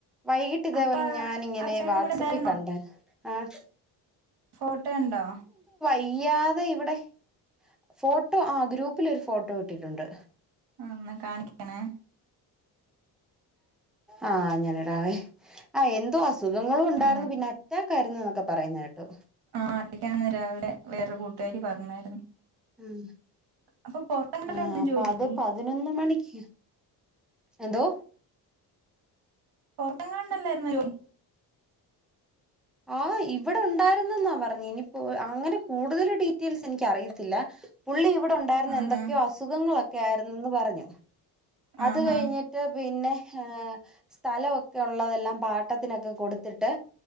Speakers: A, in the centre; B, on the right.
A: വൈകിട്ട് ഇതേപോലെ
B: അപ്പ
A: ഞാനിങ്ങനെ
B: ആ ചേട്ടൻ
A: വാട്സ്ആപ്പി
B: ഇവിടെ ഉണ്ടായിരുന്നോ
A: കണ്ടാര് ആഹ്
B: ഫോട്ടോ ഇണ്ടോ
A: ചെയ്യാതെ ഇവിടെ ഫോട്ടോ ആ ഗ്രൂപ്പില് ഒരു ഫോട്ടോ ഇട്ടിട്ടുണ്ട്
B: ആ എന്നാ കാണിക്കണേ
A: ആ ഞാൻ ഇടാവെ ആ എന്തോ അസു അസുഖങ്ങളും ഉണ്ടായിരുന്നു
B: ആ
A: പിന്നെ അറ്റാ കാരുന്നന്നൊക്കെ പറയുന്ന കേട്ടു
B: ആ അടക്കാരുന്നു രാവിലെ വേറൊ കൂട്ടുകാരി പറഞ്ഞായിരുന്നു
A: ഉം
B: അപ്പൊ പൊറത്തണ്ടല്ലായിരുന്നോ
A: ആഹ് അപ്പൊ
B: ജോലി
A: അത് പതിനൊന്ന് മണിക്ക് എന്തോ
B: പൊറത്തങ്ങാണ്ടല്ലായിരുന്നുന്നോ ജോലി
A: ആഹ് ഇവിടെ ഉണ്ടായിരുന്നെന്നാ പറഞ്ഞ ഇനിപ്പോ അങ്ങനെ കൂടുതൽ ഡീറ്റെയിൽസ് എനിക്കറിയത്തില്ല പുള്ളി ഇവിടെ ഉണ്ടായിരുന്നു
B: ആഹാ
A: എന്തൊക്കെയോ അസുഖങ്ങളൊക്കെ ക്കെ ആയിരുന്നന്ന് പറഞ്ഞു
B: ആഹാ
A: അത് കഴിഞ്ഞിട്ട് പിന്നെ ഏ സ്ഥലമൊക്കെ ഉള്ളതെല്ലാം പാട്ടത്തിനൊക്കെ കൊടുത്തിട്ട്